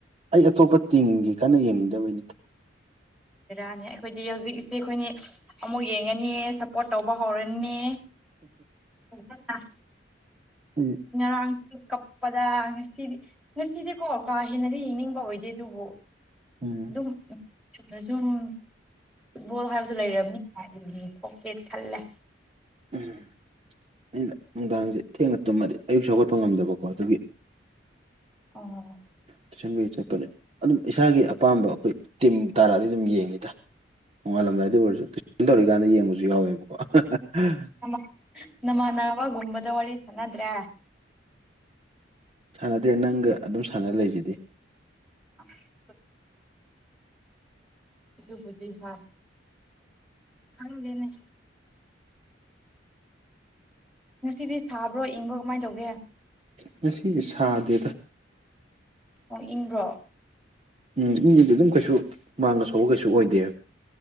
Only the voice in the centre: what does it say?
ꯕꯦꯔꯥꯅꯦ ꯑꯩꯈꯣꯏꯗꯤ ꯍꯧꯖꯤꯛꯁꯦ ꯑꯩꯈꯣꯏꯅꯤ ꯑꯃꯨꯛ ꯌꯦꯡꯉꯅꯤ ꯁꯞꯄꯣꯔꯠ ꯇꯧꯕ ꯍꯧꯔꯅꯤ <unintelligible>
ꯉꯔꯥꯡꯁꯨ ꯀꯞꯄꯗ ꯉꯁꯤꯗꯤ ꯉꯁꯤꯗꯤꯀꯣ ꯀꯥ ꯍꯦꯟꯅꯗꯤ ꯌꯦꯡꯅꯤꯡꯕ ꯑꯣꯏꯗꯦ ꯑꯗꯨꯕꯨ
ꯑꯗꯨꯝ ꯆꯨꯝꯅꯖꯨꯝ ꯐꯨꯠꯕꯣꯜ ꯍꯥꯏꯕꯗꯨ ꯂꯩꯔꯝꯅꯤ ꯀꯣꯛꯀꯦꯠ ꯈꯜꯂꯦ
ꯑꯣ
ꯅꯃ ꯅꯃꯥꯟꯅꯕꯒꯨꯝꯕꯗ ꯋꯥꯔꯤ ꯁꯥꯅꯗ꯭ꯔꯦ
<inaudible> ꯑꯗꯨꯕꯨꯗꯤ ꯍꯥꯢ ꯈꯪꯗꯦꯅꯦ ꯉꯁꯤꯗꯤ ꯁꯥꯕ꯭ꯔꯣ ꯏꯪꯕ꯭ꯔꯣ ꯀꯃꯥꯏ ꯇꯧꯒꯦ
ꯑꯣ ꯏꯪꯕ꯭ꯔꯣ